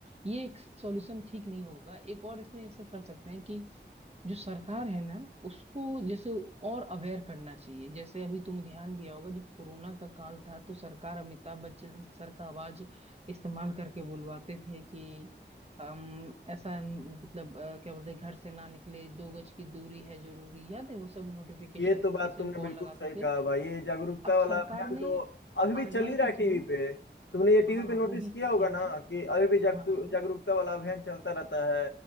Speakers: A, on the right; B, on the left.
A: ये एक सॉल्यूशन ठीक नहीं होगा एक और इसमें ऐसा कर सकते हैं कि जो सरकार है ना उसको जैसे और अवेयर करना चाहिए जैसे अभी तुम ध्यान दिया होगा जब कोरोना का काल था तो सरकार अमिताभ बच्चन सर का आवाज इस्तेमाल करके बुलवाते थे कि अम, ऐसा न- मतलब अ, क्या बोलते हैं, घर से ना निकले दो गज की दूरी है जरूरी याद है वो सब नोटिफिकेशन
B: ये तो बात
A: किसी
B: तुमने
A: को
B: बिल्कुल
A: कॉल लगाते
B: सही कहा
A: थे
B: भाई ये जागरूकता
A: अब
B: वाला
A: सरकार
B: अभियान
A: ने
B: तो अभी भी
A: आरबीआई
B: चल ही रहा
A: के
B: है टीवी
A: थ्रू
B: पे तुमने ये टीवी
A: हाँ हाँ
B: पे नोटिस
A: वो भी
B: किया होगा
A: किया
B: ना
A: है
B: कि अभी भी जागतु-
A: हाँ हाँ
B: जागरूकता वाला अभियान चलता रहता है